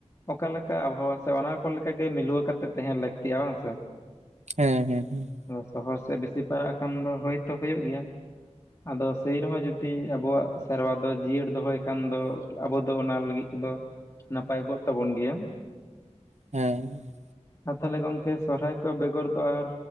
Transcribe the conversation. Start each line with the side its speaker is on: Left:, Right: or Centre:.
Left: ᱚᱠᱟ ᱞᱮᱠᱟ ᱟᱵᱚᱦᱟᱣᱟ ᱥᱮ ᱚᱱᱟ ᱠᱚ ᱞᱮᱠᱟᱜᱮ ᱢᱤᱞᱟᱹᱣ ᱠᱟᱛᱮᱜ ᱛᱟᱦᱮᱱ ᱞᱟᱹᱠᱛᱤᱜ ᱟ ᱵᱟᱝ ᱥᱮ᱾
Right: ᱦᱮᱸᱻ ᱦᱮᱸᱻ
Left: ᱥᱚᱦᱚᱨ ᱥᱮᱫ ᱵᱤᱥᱤ ᱯᱟᱲᱟᱜ ᱠᱷᱟᱱ ᱫᱚ ᱦᱳᱭᱛᱳ ᱦᱳᱭᱳᱜ ᱜᱮᱭᱟ᱾ ᱟᱫᱚ ᱥᱮᱭ ᱨᱮᱦᱚᱸ ᱡᱩᱫᱤ ᱟᱵᱚᱣᱟᱜ ᱥᱮᱨᱣᱟ ᱫᱚᱭ ᱡᱤᱭᱟᱹᱲ ᱫᱚᱦᱚᱭ ᱠᱷᱟᱱ ᱫᱚ ᱟᱵᱚ ᱫᱚ ᱚᱱᱟ ᱞᱟᱹᱜᱤᱫ ᱠᱚᱫᱚ ᱱᱟᱯᱟᱭ ᱠᱚᱜ ᱛᱟᱵᱚᱱ ᱜᱮᱭᱟ᱾
Right: ᱦᱮᱸᱻ
Left: ᱟᱨ ᱛᱟᱦᱚᱞᱮ ᱜᱚᱝᱠᱮ ᱥᱚᱨᱦᱟᱭ ᱠᱚᱣᱟᱜ ᱵᱮᱜᱚᱨ ᱫᱚ ᱟᱨ